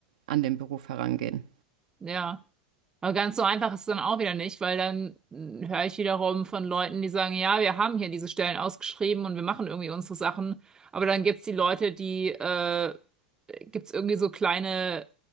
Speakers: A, on the right; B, on the right.
A: an den Beruf herangehen.
B: Ja. Aber ganz so einfach ist es dann auch wieder nicht, weil dann mh, höre ich wiederum von Leuten, die sagen, ja, wir haben hier diese Stellen ausgeschrieben und wir machen irgendwie unsere Sachen. Aber dann gibt's die Leute, die, äh, gibt's irgendwie so kleine,